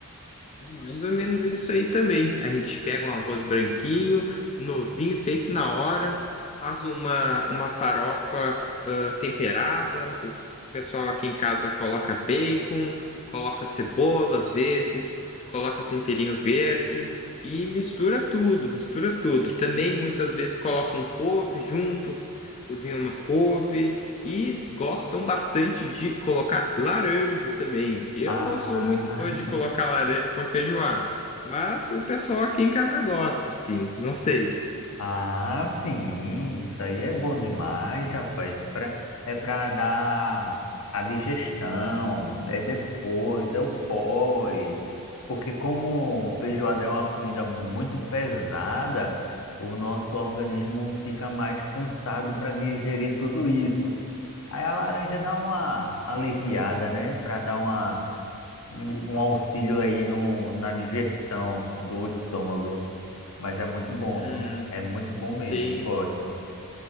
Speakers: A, on the left; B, on the left.
A: É Mais ou menos isso aí também. A gente pega um arroz branquinho, novinho, feito na hora, faz uma, uma farofa ah, temperada. O pessoal aqui em casa coloca bacon, coloca cebola às vezes, coloca temperinho verde e mistura tudo, mistura tudo. Também muitas vezes coloca um couve junto, cozinha uma couve. E gostam bastante de colocar laranja também. Eu
B: Ah,
A: não sou muito fã de colocar laranja com a feijoada, mas o pessoal aqui em casa gosta, sim. Não sei.
B: Ah, sim, isso aí é bom demais, rapaz. Pra- é para dar a digestão, é depois, é o pós. Porque como feijoada
A: Hum,
B: é uma comida muito pesada, o nosso organismo fica mais cansado para digerir tudo isso. Aí a laranja dá uma aliviada, né? Para dar uma, um um auxílio aí no, na digestão do estômago. Mas é muito bom,
A: hum,
B: viu? É muito bom mesmo,
A: sim.
B: eu gosto.